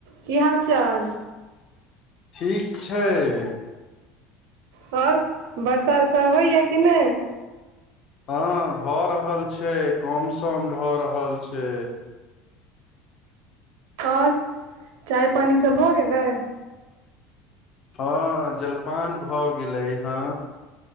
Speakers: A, on the right; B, on the left.
A: की हालचाल
B: ठीक छै
A: आओर बर्षा उर्षा होइया कि नहि
B: हँ भऽ रहल छै कम सम भऽ रहल छै
A: आओर चाय पानि सब भ गेलै
B: हँ, जलपान भ गेलै हँ।